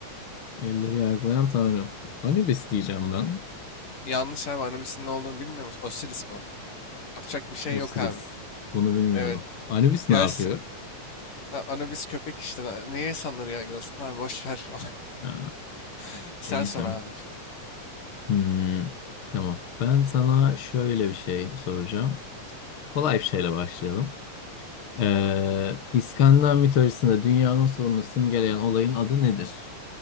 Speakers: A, on the left (about 45°); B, on the left (about 75°).
A: Yerleri yargılayan tanrı. Anubis diyeceğim ben.
B: Yanlış abi Anubis'in ne olduğunu bilmiyor musun? Osiris bu. Yapacak bir şey
A: Osiris.
B: yok abi.
A: Bunu bilmiyordum.
B: Evet.
A: Anubis
B: Gelsin.
A: ne yapıyor?
B: Ha, Anubis köpek işte. Da- Niye insanları yargılasın abi? Boş ver.
A: Ha,
B: <laughs> Sen
A: iyi
B: sor
A: tamam.
B: abi.
A: Hmm, tamam. Ben sana şöyle bir şey soracağım. Kolay bir şeyle başlayalım. Ee, İskandinav mitolojisinde dünyanın sonunu simgeleyen olayın adı nedir?